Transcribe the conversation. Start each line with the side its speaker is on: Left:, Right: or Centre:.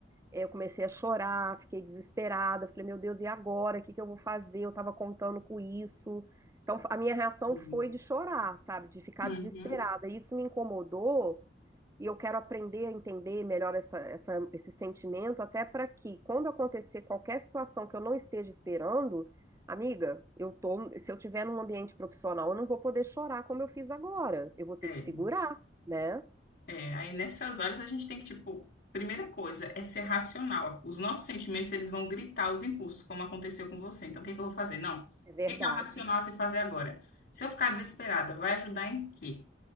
Right: eh, eu comecei a chorar, fiquei desesperada. Falei, meu Deus, e agora? O que que eu vou fazer? Eu tava contando com isso. Então, a minha reação
Left: Uhum.
Right: foi de chorar, sabe? De ficar
Left: Uhum.
Right: desesperada. Isso me incomodou e eu quero aprender a entender melhor essa, essa- esse sentimento, até para que, quando acontecer qualquer situação que eu não esteja esperando, amiga, eu tô, se eu tiver num ambiente profissional, eu não vou poder chorar como eu fiz agora. Eu vou ter
Left: É.
Right: que segurar, né?
Left: É, aí nessas horas a gente tem que, tipo, primeira coisa é ser racional. Os nossos sentimentos, eles vão gritar os impulsos, como aconteceu com você. Então, o que que eu vou fazer? Não. O
Right: É verdade.
Left: que que é o racional a se fazer agora? Se eu ficar desesperada, vai ajudar em quê?